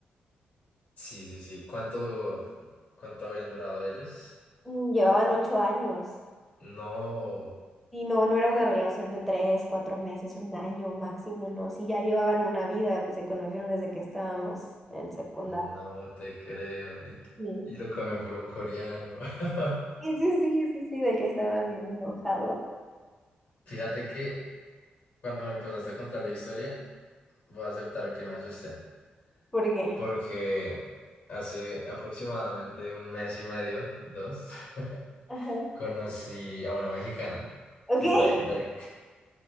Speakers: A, on the left; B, in the centre.
A: Sí, sí, sí. ¿Cuánto, cuánto habían durado ellos?
B: Mm, Llevaban ocho años.
A: No,
B: Y no, no era una relación de tres, cuatro meses, un año máximo, ¿no? Si ya llevaban una vida, pues se conocieron desde que estábamos en secundaria.
A: no te creo. Y,
B: Sí,
A: y lo cambió por un coreano. <laughs>
B: sí, sí, sí, sí, sí, de que estaba bien enojado.
A: Fíjate que cuando me empezaste a contar la historia, voy a aceptar que me asusté.
B: ¿Por qué?
A: Porque hace aproximadamente un mes y medio, dos, <laughs>
B: Ajá.
A: conocí a una mexicana
B: Ok.
A: que
B: <laughs>
A: está de inter-